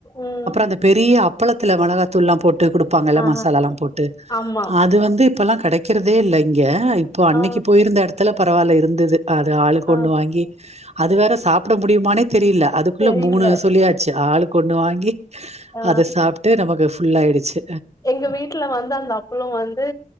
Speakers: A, on the left (about 25°); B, on the right (about 45°).
A: ம்
B: அந்த பெரிய அப்பளத்துல மெளகாத்தூல்லா போட்டு கொடுப்பாங்கல்ல
A: ஆ
B: மசாலாலா போட்டு
A: ஆமா
B: அது வந்து இப்பல்லா கிடைக் கிருதே இல்ல இங்க இல்ல இப்போ அன்னைக்கு
A: ஆ
B: போயிருந்த இடத்துல பா பரவால்ல இருந்தது அது ஆளுக்கு
A: ஆ
B: ஒன்னு வாங்கி அது வேற சாப்பிட முடியுமானே தெரியல அதுக்குள்ள
A: தெரியல
B: மூணு சொல்லியாச்சு ஆளுக்கு ஒன்னு வாங்கி
A: ஆ
B: அத சாப்பிட்டு நமக்கு ஃபுல்லயிடுச்சு
A: எங்க வீட்டுல வந்து அந்த அப்பளம் வந்து